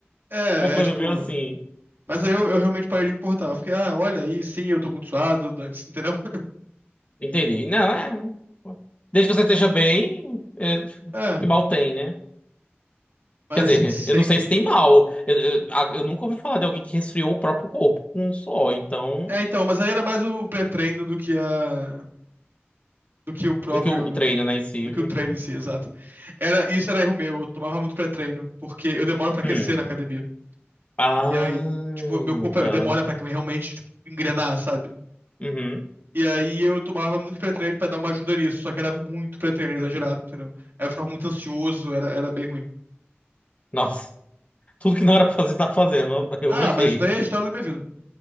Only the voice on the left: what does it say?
Uma coisa
meio assim.
Entendi. Não, é. Desde que você esteja bem, é,
que mal tem, né?
Quer
dizer,
eu não sei
se tem mal. Eu, eu, a- eu nunca ouvi falar de alguém que resfriou o próprio corpo com um só, então.
Do que o, o treino, né, em si.
Uhum.
<clears throat>
Ah,
tá.
Uhum.
Nossa, tudo que não era pra fazer, tá fazendo. Eu
gostei.